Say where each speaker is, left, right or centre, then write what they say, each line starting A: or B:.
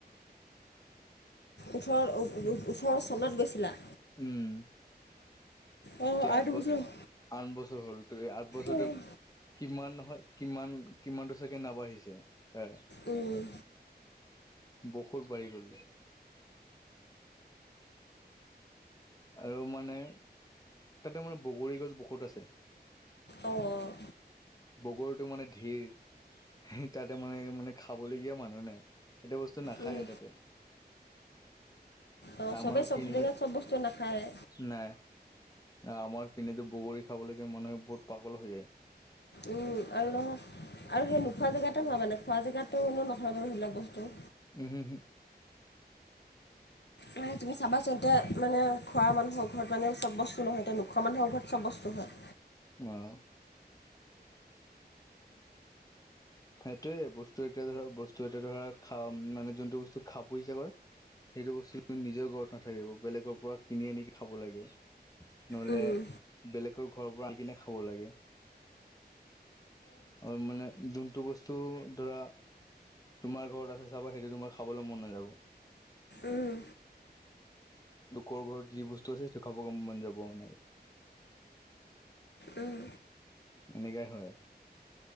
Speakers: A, on the left (about 80°); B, on the left (about 20°).
A: ওঠৰ, ওঠৰ চনত গৈছিলা?
B: উম,
A: অ',
B: এতিয়া আঠ ব
A: বছৰ অ'।
B: আঠ বছৰ হ'ল আঠ বছৰতে
A: উম,
B: কিমান নহয় কিমান কিমানটো চাগে নাবাঢ়িছে তাৰ
A: উম,
B: বহুত বাঢ়ি গ'ল। আৰু মানে তাতে মানে বগৰী গছ বহুত আছে।
A: অ',
B: বগৰটো মানে ধেইৰ। তাতে মানে, মানে খাবলগীয়া মানুহ নাই সেইটো বস্তু নাখায়
A: উম।
B: তাতে।
A: অ
B: তাৰ
A: চবেই
B: মানুহখিনি
A: চব জেগাত চব বস্তু নাখায়ে।
B: নাই আমাৰ পিনেতো বগৰী খাবলৈকে মানুহে বহুত পাগল হৈ যায়।
A: উম, আৰু নহয় আৰু সেই নোখোৱা জেগাতে হয় মানে খোৱা জেগাতটো নহয় বাৰু সেইবিলাক বস্তু।
B: উম, হুম, হুম,
A: মানে তুমি চাবাচোন এতিয়া মানে খোৱা মানুহৰ ঘৰত মানে চব বস্তু নহয়, এতিয়া নোখোৱা মানুহৰ ঘৰত চব বস্তু হয়।
B: আহ, সেইটোয়ে বস্তু এতিয়া ধৰা বস্তু এটা ধৰা খা মানে যোনটো বস্তু খাব ইচ্ছা কৰে সেইটো বস্তু নিজৰ ঘৰত নাথাকিব বেলেগৰ পৰা কিনি আনিকি খাব লাগে। নহ'লে
A: উম,
B: বেলেগৰ ঘৰৰ পৰা আনি কিনে খাব লাগে। আৰু মানে যোনটো বস্তু ধৰা। তোমাৰ ঘৰত আছে চাবা সেইটো তোমাৰ খাবলৈ মন নাযাব।
A: উম,
B: লোকৰ ঘৰত যি বস্তু আছে সেইটো খাব মন যাব মানে।
A: উম।
B: এনেকাই হয়।